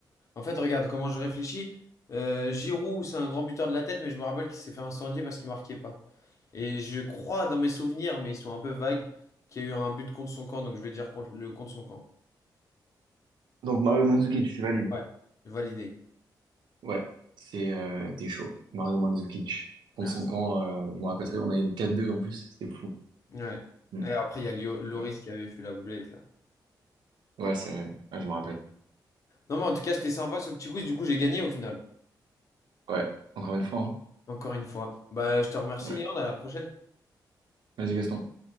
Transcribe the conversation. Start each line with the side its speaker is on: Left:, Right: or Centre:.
Left: En fait, regarde comment je réfléchis. Euh, Giroud, c'est un grand buteur de la tête, mais je me rappelle qu'il s'est fait incendier parce qu'il marquait pas. Et je crois dans mes souvenirs, mais ils sont un peu vagues, qu'il y a eu un but contre son camp, donc je vais dire contre le contre son camp.
Right: Donc, Mario Mandzukic, c'est valide
Left: Ouais. Validé.
Right: Ouais, c'est euh, t'es chaud. Mario Mandzukic contre
Left: Merci.
Right: son camp, euh, je me rappellerai, on a eu 4-2 en plus, c'était fou.
Left: Ouais.
Right: Mm.
Left: Et après, il y a Lio- Loris
Right: Ouais,
Left: qui avait fait la boulette là.
Right: ouais c'est... Ah, je me rappelle.
Left: Non, mais en tout cas, c'était sympa ce petit quiz. Du coup, j'ai gagné au final.
Right: Ouais, encore une fois, hein.
Left: Encore une fois. Bah, je te remercie,
Right: Ouais.
Left: Léon. À la prochaine.
Right: Vas-y, Gaston.